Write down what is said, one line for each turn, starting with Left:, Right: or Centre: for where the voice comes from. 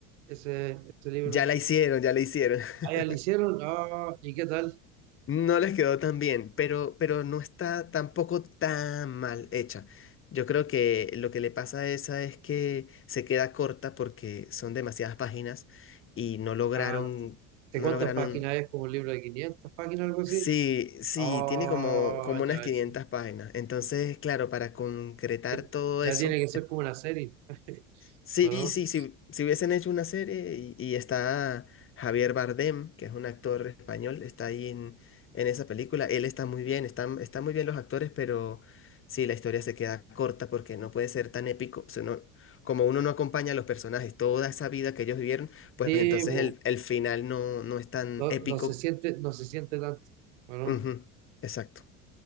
Right: ese, ese libro?
Left: Ya la hicieron, ya la hicieron. <laughs>
Right: Ah, ya lo hicieron. Ah, ¿y qué tal?
Left: No les quedó tan bien, pero, pero no está tampoco tan mal hecha. Yo creo que lo que le pasa a esa es que se queda corta porque son demasiadas páginas y no lograron,
Right: Ah, ¿de
Left: no
Right: cuántas
Left: lograron
Right: páginas es? ¿Como un libro de 500 páginas, algo así?
Left: Sí, sí,
Right: Ah,
Left: tiene como, como unas
Right: ya,
Left: 500
Right: sí.
Left: páginas. Entonces, claro, para concretar
Right: Sí,
Left: todo
Right: Ya
Left: eso,
Right: tiene que ser como una serie, <laughs>
Left: sí,
Right: ¿o no?
Left: sí, sí, si hubiesen hecho una serie y, y está Javier Bardem, que es un actor español, está ahí en, en esa película, él está muy bien, están, están muy bien los actores, pero sí, la historia se queda corta porque no puede ser tan épico, o sea, no- como uno no acompaña a los personajes, toda esa vida que ellos vivieron, pues
Right: Sí,
Left: entonces
Right: po.
Left: el, el final no, no es tan
Right: No,
Left: épico.
Right: no se siente, no se siente tanto, ¿o no?
Left: Ujú, exacto.